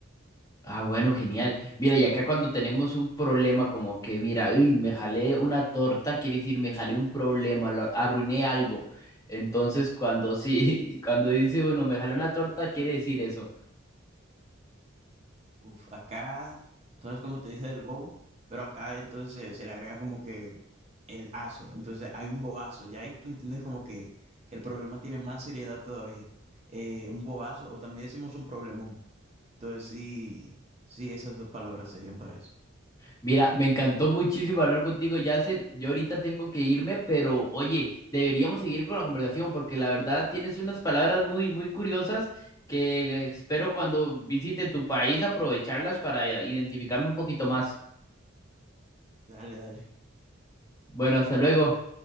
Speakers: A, on the left; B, on the right.
A: Ah, bueno, genial. Mira, y acá cuando tenemos un problema como que, mira, uy, me jalé una torta, quiere decir, me jalé un problema, lo- arruiné algo. Entonces, cuando sí, <laughs> cuando dice, bueno, me jalé una torta, quiere decir eso.
B: Uf, acá, entonces como te dije del bobo, pero acá entonces se, se le agrega como que el aso, entonces hay un bobazo, ya ahí tú entiendes como que, que el problema tiene más seriedad todavía. Eh, un bobazo, o también decimos un problemón, entonces sí, sí, esas dos palabras serían para eso.
A: Mira, me encantó muchísimo hablar contigo, Yasser. Yo ahorita tengo que irme, pero oye, deberíamos seguir con la conversación porque la verdad tienes unas palabras muy, muy curiosas que espero cuando visite tu país aprovecharlas para identificarme un poquito más.
B: Dale, dale.
A: Bueno, hasta luego.